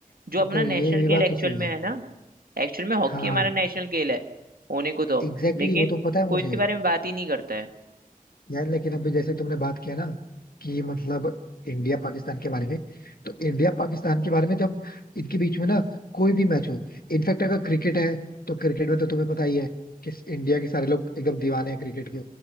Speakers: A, on the right (about 85°); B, on the left (about 90°).
A: जो
B: ये
A: अपना
B: तो
A: नेशनल
B: ये भी
A: खेल
B: बात
A: एक्चुअल
B: तो सही
A: में
B: है
A: है ना एक्चुअल में हॉकी
B: हाँ
A: हमारा नेशनल खेल है होने को तो
B: एग्जैक्टली exactly,
A: लेकिन
B: वो तो पता है मुझे
A: कोई इसके बारे में बात ही नहीं करता है
B: यार लेकिन अभी जैसे तुमने बात किया ना कि मतलब इंडिया पाकिस्तान के बारे में तो इंडिया पाकिस्तान के बारे में जब इनके बीच में ना कोई भी मैच हो इनफैक्ट अगर क्रिकेट है तो क्रिकेट में तो तुम्हें पता ही है कि इंडिया के सारे लोग एकदम दीवाने हैं क्रिकेट के